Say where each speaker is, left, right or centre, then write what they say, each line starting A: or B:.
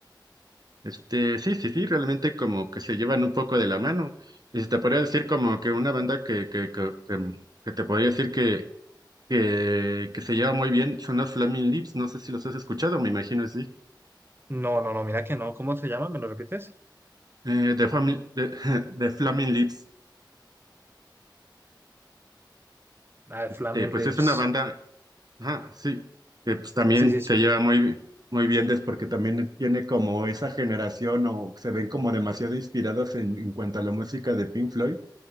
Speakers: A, on the right; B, on the right.
A: Este, sí, sí, sí, realmente como que se llevan un poco de la mano. Y se te podría decir como que una banda que, que, que, em, que te podría decir que, que, que se lleva muy bien son los Flaming Lips, no sé si los has escuchado, me imagino, sí.
B: No, no, no, mira que no. ¿Cómo se llama? ¿Me lo repites?
A: Eh, de, Fami- de, <laughs> de Flaming Lips,
B: Ah,
A: este,
B: Flaming
A: pues
B: Lips.
A: es una banda, ajá, sí, que pues también
B: Sí, sí,
A: se
B: sí.
A: lleva muy, muy bien, des- porque también tiene como esa generación o se ven como demasiado inspiradas en, en cuanto a la música de Pink Floyd